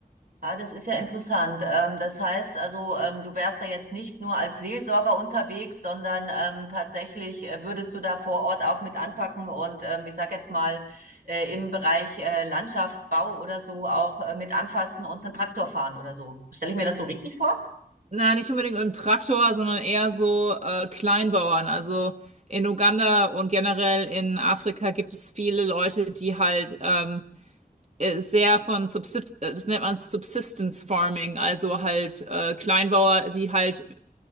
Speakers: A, on the right; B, on the right.
A: Ah, das ist ja interessant. Ähm, das heißt also, ähm, du wärst da jetzt nicht nur als Seelsorger unterwegs, sondern ähm, tatsächlich äh, würdest du da vor Ort auch mit anpacken und ähm, ich sag jetzt mal äh, im Bereich äh, Landschaftsbau oder so auch äh, mit anfassen und einen Traktor fahren oder so. Stelle ich mir das so richtig vor?
B: Na, nicht unbedingt im Traktor, sondern eher so äh, Kleinbauern. Also in Uganda und generell in Afrika gibt es viele Leute, die halt ähm, äh, sehr von Subsist äh, das nennt man Subsistence Farming, also halt äh, Kleinbauer, die halt